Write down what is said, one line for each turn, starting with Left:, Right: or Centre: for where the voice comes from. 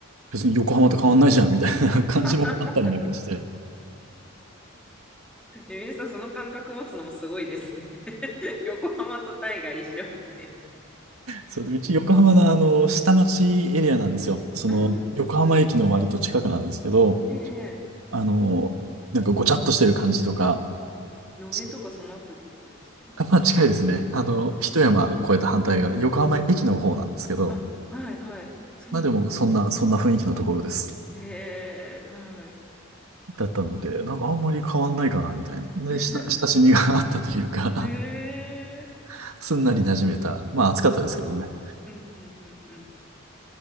Right: 別に横浜と変わんないじゃんみたいな感じもあったりなんかして。
Centre: <laughs> え、皆さん、その感覚持つのもすごいですね。<laughs> 横浜とタイが一緒みたい
Right: それで、うち横浜のあの、下町エリアなんですよ。その、
Centre: な。あ
Right: 横浜駅の割と近くなんですけど、
Centre: ー、はい。ええ、
Right: あの、なんかごちゃっとしてる感じとか、
Centre: ええ野毛とかそのあたりとかですか
Right: そうあまあ近いですね。あの、
Centre: うん
Right: 一山越えた反対が横浜駅の方なんですけど、
Centre: あ、はいはい。そうなの。
Right: まあでもそんな、そんな雰囲気のところです。
Centre: へえ、はい。そっかそっか。
Right: だったので、なんかあんまり変わんないかな、みたいな。で、
Centre: <laughs>
Right: 親親しみが <laughs> あったというか
Centre: へえ、
Right: <laughs> すんなり馴染めた。まあ暑かったですけどね。
Centre: うんうんうんうん。